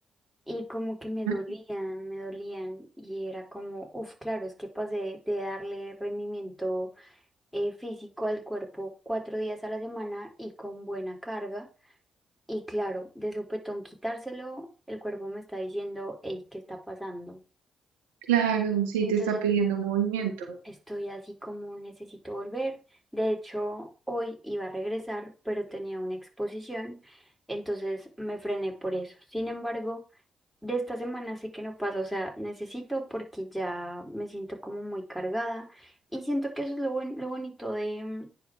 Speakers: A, in the centre; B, on the right.
A: y como que me
B: ¿Mm?
A: dolían, me dolían y era como, uff, claro, es que pasé de darle rendimiento eh, físico al cuerpo cuatro días a la semana y con buena carga. Y claro, de sopetón quitárselo, el cuerpo me está diciendo, hey, ¿qué está pasando?
B: Claro, sí,
A: Entonces
B: te está pidiendo movimiento.
A: estoy así como necesito volver. De hecho, hoy iba a regresar, pero tenía una exposición, entonces me frené por eso. Sin embargo... De esta semana sé que no pasa, o sea, necesito porque ya me siento como muy cargada y siento que eso es lo, buen- lo bonito de mm,